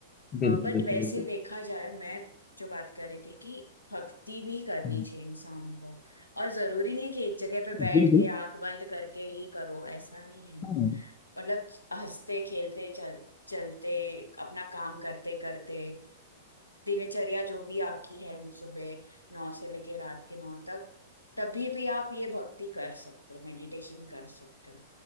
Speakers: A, on the left (about 25°); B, on the left (about 80°).
A: बिल्कुल
B: बट
A: बिल्कुल
B: वैसे
A: बिल्कुल
B: देखा जाए मैं जो बात कर रही थी कि भक्ति भी करनी
A: हम्म,
B: चाहिए इंसान को और जरूरी नहीं है कि एक जगह पे बैठ
A: बिल्कुल
B: के आंख बंद करके ही करो ऐसा नहीं है
A: हाँ
B: मतलब हंसते खेलते चल चलते अपना काम करते करते दिनचर्या जो भी आपकी है सुबह नौ से लेके रात के नौ तक तभी भी आप ये भक्ति कर सकते हो मेडिटेशन कर सकते हो